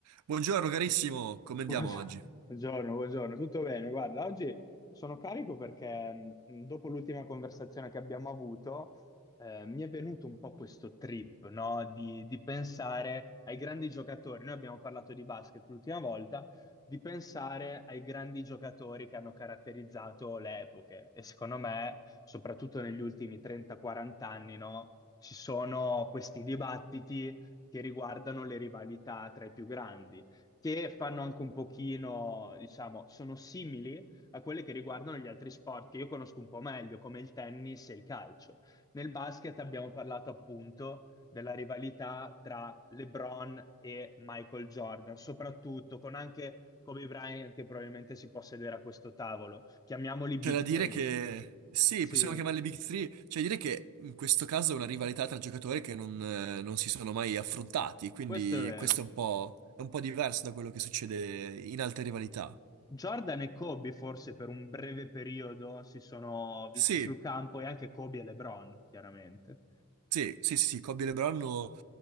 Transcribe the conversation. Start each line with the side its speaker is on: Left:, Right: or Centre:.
Right: Buongiorno carissimo, come andiamo
Left: Buongiorno,
Right: oggi?
Left: buongiorno, buongiorno. tutto bene? Guarda, oggi sono carico perché mh, dopo l'ultima conversazione che abbiamo avuto, eh, mi è venuto un po' questo trip, no? Di, di pensare ai grandi giocatori. Noi abbiamo parlato di basket l'ultima volta, di pensare ai grandi giocatori che hanno caratterizzato le epoche. E secondo me, soprattutto negli ultimi 30-40 anni, no? Ci sono questi dibattiti che riguardano le rivalità tra i più grandi che fanno anche un pochino, diciamo, sono simili a quelle che riguardano gli altri sport che io conosco un po' meglio, come il tennis e il calcio. Nel basket abbiamo parlato appunto della rivalità tra LeBron e Michael Jordan, soprattutto con anche Kobe Bryant che probabilmente si può sedere a questo tavolo. Chiamiamoli Big
Right: C'è da dire
Left: Three.
Right: che sì,
Left: Sì,
Right: possiamo chiamarle Big Three, c'è da dire che in questo caso è una rivalità tra giocatori che non, eh, non si sono mai affrontati, quindi
Left: questo è vero.
Right: questo è un po', è un po' diverso da quello che succede in altre rivalità.
Left: Jordan e Kobe forse per un breve periodo si sono visti
Right: Sì,
Left: sul campo e anche Kobe e LeBron, chiaramente.
Right: Sì, sì, sì, sì, Kobe e LeBron hanno